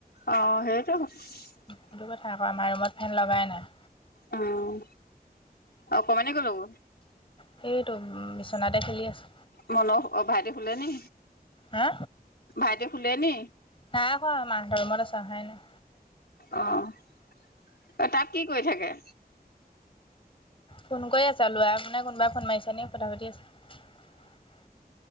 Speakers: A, on the left; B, on the left.
A: অঁ সেইটোৱে হয়।
B: সেইটো কথা আকৌ আমাৰ ৰুমত ফেন লগাই নাই।
A: উম, অকণমানি ক'লে গ'ল?
B: সেইটো উম বিচনাতে খেলি আছে।
A: মনো অঁ ভাইটি শুলেনি?
B: হা
A: ভাইটি শুলেনি?
B: নাই শুৱা। মাহঁতৰ ৰুমত আছে অহাই নাই।
A: অঁহ এ তাত কি কৰি থাকে?
B: ফোন কৰি আছে, ল'ৰা পোনাই কোনোবাই ফোন মাৰিছে নেকি, কথা পাতি আছে।